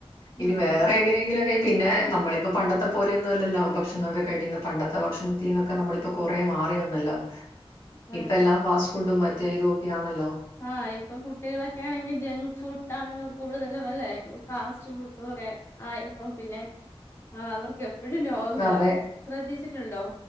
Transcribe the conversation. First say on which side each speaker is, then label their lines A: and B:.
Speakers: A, on the left; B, on the left.
A: ഇനി
B: ആഹ്
A: വേറെ എങ്ങനെങ്കിലുക്കെ പിന്നെ നമ്മളിപ്പോ പണ്ടത്തെ പോലെയൊന്നുല്ലല്ലോ ഭക്ഷണൊക്കെ കഴിക്കുന്ന പണ്ടത്തെ ഭക്ഷണത്തീന്നൊക്കെ നമ്മളിപ്പോ കൊറേ മാറി വന്നല്ലോ
B: അതെ
A: ഇപ്പ എല്ലാം ഫാസ്റ്റ് ഫുഡും മറ്റേ ഇതോക്കെയാണല്ലോ
B: ആഹ് ഇപ്പൊ കുട്ടികളൊക്കെണെങ്കി ജങ്ക് ഫുഡാണ് കൂടുതലും അല്ലെ ഫാസ്റ്റ് ഫുഡുക്കെ ആഹ് എപ്പഴും പിന്നെ ആഹ് അവർക്ക് എപ്പഴുരോഗങ്ങളാ
A: അതെ
B: ശ്രദ്ധിച്ചിട്ട്ണ്ടോ